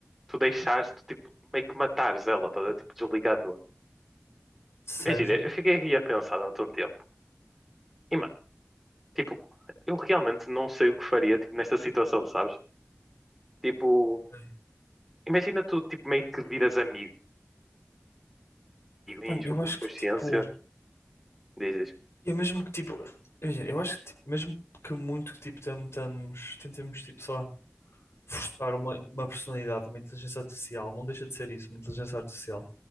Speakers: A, in the centre; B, on the left (about 65°).
A: Tu deixares, tu, tipo, meio que matares ela, estás a ver? Tipo, desligando-a.
B: certo.
A: Imagina, eu fiquei aqui a pensar durante um tempo. E, mano, tipo, eu realmente não sei o que faria, tipo, nesta situação, sabes? Tipo,
B: Ok.
A: imagina tu, tipo, meio que viras amigo e tens
B: Mano, eu acho
A: consciência,
B: que tipo,
A: dizes,
B: eu mesmo que tipo, imagina, eu acho que tipo, mesmo que muito que tipo tentamos, tentemos tipo só forçar uma, uma personalidade, uma inteligência artificial, não deixa de ser isso, uma inteligência artificial.